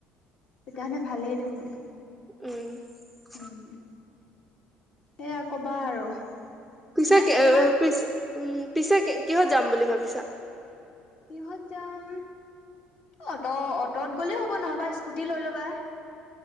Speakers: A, on the left; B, in the centre.
A: তেতিয়াহ'লে ভালেই দেখোন৷
B: উম৷
A: উম৷ সেয়া ক'বা আৰু৷
B: পিছে
A: মানে
B: কেএ-পি-পিছ
A: কেইদিনমান
B: উম, পিছে কিহত যাম বুলি ভাবিছা?
A: কিহত যাম! অট'-অট'ত গ'লেও হ'ব, নহ'বা স্কুটি লৈ ল'বা৷